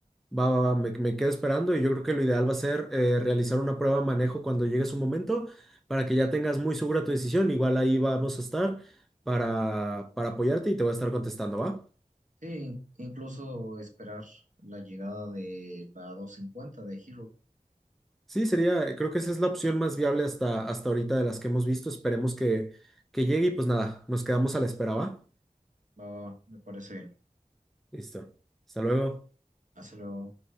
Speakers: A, in the centre; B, on the right.
A: Va, va, va, me, me quedo esperando y yo creo que lo ideal va a ser eh, realizar una prueba de manejo cuando llegue su momento para que ya tengas muy segura tu decisión. Igual ahí vamos a estar para, para apoyarte y te voy a estar contestando, ¿va?
B: Sí, in- incluso esperar la llegada de la 250 de Hero.
A: Sí, sería, creo que esa es la opción más viable hasta, hasta ahorita de las que hemos visto. Esperemos que, que llegue y pues nada, nos quedamos a la espera, ¿va?
B: Va, va, va, me parece bien.
A: Listo. Hasta luego.
B: Hasta luego.